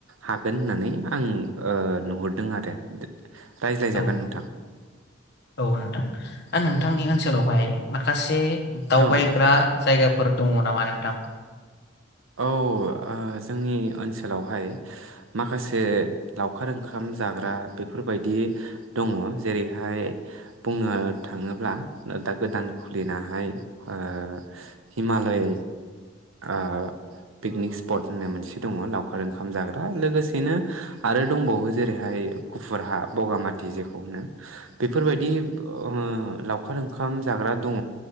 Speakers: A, on the right; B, on the left.
A: हागोन होननानै आं ओ नुहरदों आरो रायज्लायजागोन
B: औ
A: नोंथां
B: औ नोंथां आं नों थांनि ओनसोलावहाय मा खासे दाव
A: औ
B: बायग्रा जायगा फोर दङ नामा नोंथां?
A: औ ओ जोंनि ओनसोलावहाय माखासे लावखार ओंखाम जाग्रा बेफोरबायदि दङ जेरैहाय बुंनो थाङोब्ला दा गोदान खुलिनाहाय ओ हिमालय ओ पिकनिक स्पट होननाय मोनसे दङ लावखार ओंखाम जाग्रा। लोगोसेनो आरो दंबावो जेरैहाय गुफुर हा बगामाथि जेखौ होनो। बेफोरबायदि ओ लावखार ओंखाम जाग्रा दङ